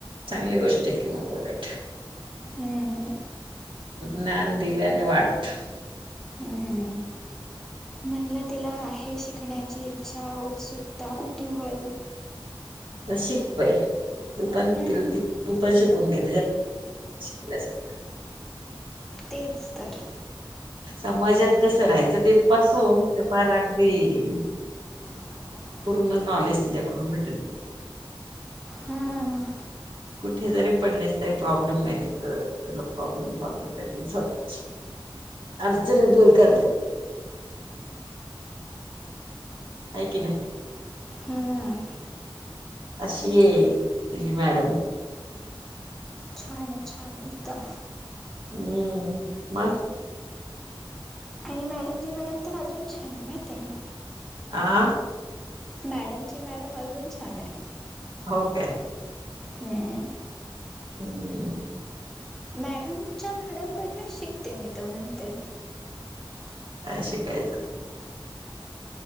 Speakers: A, on the right; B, in the centre.
A: चांगली गोष्ट आहे की मगं उलटं.
B: हम्मं हम्मं.
A: ज्ञांन दिल्याने वाढतं.
B: हम्मं. म्हणलं तिलां आहे शिकण्यांची ईच्छा उत्सुंकता कुतूंहल.
A: अश्विन बयां तूं करं
B: हम्म,
A: तिलां तूं पणं शिकूंण घे तसंच
B: तेचं तरं.
A: समाजांत कसं राहायचं तेथं पासून ते पारं अगदीं.
B: हम्मं
A: पूर्ण नॉलेज तिच्यांकडूंन भेटेल तुलां.
B: हम्मं.
A: कुंठे जरी पडलेस तरी प्रॉब्लेम नाहीं तिथ तुझां प्रॉब्लेम सॉल्व. त्यांतील स्वंतःची अडचने दूंर करते.
B: हो
A: है की नाहीं.
B: हम्मं.
A: अशी ये तुझी मॅडम.
B: छांन आहे छांन आहे एकदंम.
A: हम्मं पास्.
B: आणि मॅडम जी मॅडम तरं अजूंन छांन आहे माहीत आहे कां.
A: आं.
B: मॅडमची मॅडम अजूंन छांन आहे.
A: हो कायं.
B: हम्मं.
A: हम्मं.
B: मॅडमच्यां मॅडमकंडनचं शिकते मी तरं म्हणते.
A: कायं शिकायचं.